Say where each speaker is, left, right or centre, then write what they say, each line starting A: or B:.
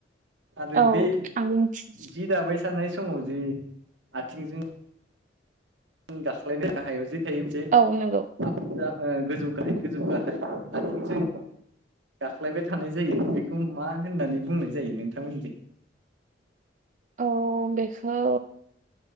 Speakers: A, on the right; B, on the right.
A: आरो
B: औ
A: बे
B: आं मिथि
A: जि दाबाय सानाय समाव जि आथिंजों गाख्लायनो हायाव जि थायोसे
B: औ नंगौ
A: हा ओ गोजौ गाहाय गोजौ गाहाय आथिंजों गाख्लायबाय थानाय जायो बेखौ मा होननानै बुंनाय जायो नोंथांमोनजों। <inaudible>
B: औ बेखौ